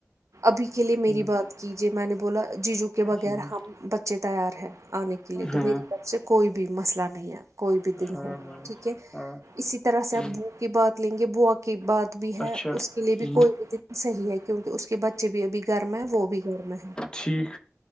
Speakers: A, on the right; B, on the left.
A: ابھی کے لیے میری
B: ہوں
A: بات کیجیے میں نے بولا جی جو کے بغیر
B: ہوں
A: ہم بچے تیار ہیں آنے کے لیے تو
B: ہاں
A: میری طرف سے کوئی بھی مسئلہ نہیں ہے کوئی بھی دن
B: ہاں
A: ہو
B: ہاں
A: ٹھیک ہے
B: ہاں
A: اسی طرح سے
B: ہ
A: آپ ب کی بات لیں گے بوک کی بات بھی ہے
B: اچھا
A: اس کے لیے
B: ہ
A: بھی کوئی بھی صحیح ہے کیونکہ اس کے بچے بھی ابھی گرم ہے وہ بھی گرم ہے
B: ٹھیک